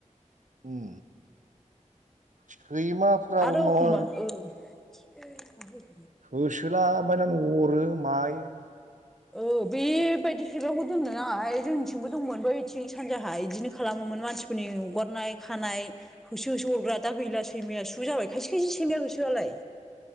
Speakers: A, on the right; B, in the centre.
A: उम सैमाफ्राबो
B: <inaudible> आरो
A: माबा
B: एखमबा ओ। <unintelligible>
A: होसोलाबायनानै अरो मायो
B: औ बेबायदि सैमाखौ दोननो नाङाहाय जोंनिथिंबो दंमोन बैथिं सानजाहा बिदिनो खालामो मोन मानसिफोरनि हगारनाय खानाय होसो होसो अरग्रा दा गैला सैमाया सु जाबाय खायसे खायसे सैमा होसोआलाय